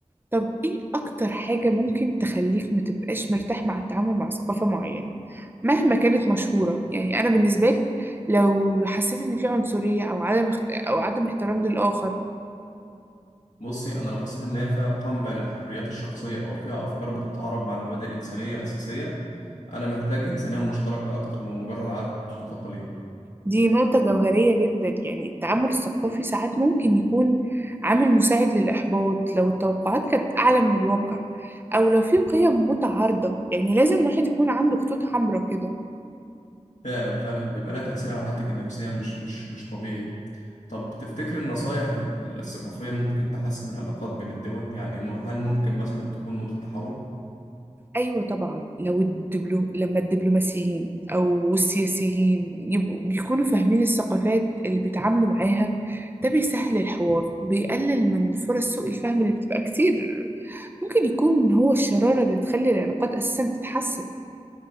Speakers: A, on the right (about 15°); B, on the left (about 80°).
A: طب ايه اكتر حاجة ممكن تخليك متبقاش مرتاح مع التعامل مع ثقافة معينة مهما كانت مشهورة يعني انا بالنسبة لي لو حسيت ان في عنصرية او عدم اخت... او عدم احترام للآخر
B: بصي انا لو حسيت ان هي فيها قمع للحريات الشخصيه او فيها افكار بتتعارض مع المبادئ الانسانيه الاساسيه انا محتاج انسانيه مشتركه اكتر من مجرد عادات وتقاليد
A: دي نقطة جوهرية جدا يعني التعامل الثقافي ساعات ممكن يكون عامل مساعد للإحباط لو التوقعات كانت أعلى من الواقع أو لو في قيم متعارضة يعني لازم الواحد يكون عنده خطوط حمراء كده
B: فعلا فعلا بيبقى لها تاثير على حالتك النفسيه مش مش مش طبيعي طب تفتكر النصايح الثقافيه ممكن تحسن العلاقات بين الدول يعني م- هل ممكن مثلا تكون نقطه تحول
A: أيوة طبعا لو الدبلو... لما الدبلوماسيين أو السياسيين يبقوا بيكونوا فاهمين الثقافات اللي بيتعاملوا معاها ده بيسهل الحوار وبيقلل من فرص سوء الفهم اللي بتبقى كتير ممكن يكون هو الشرارة اللي تخلي العلاقات أساسا تتحسن